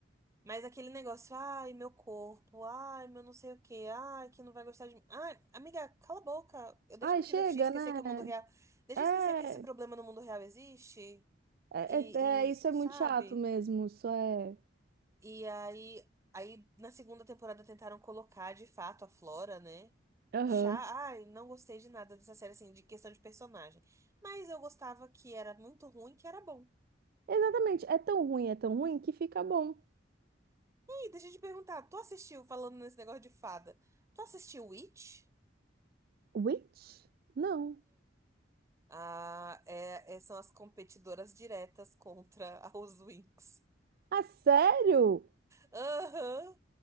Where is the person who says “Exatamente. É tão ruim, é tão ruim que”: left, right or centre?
Right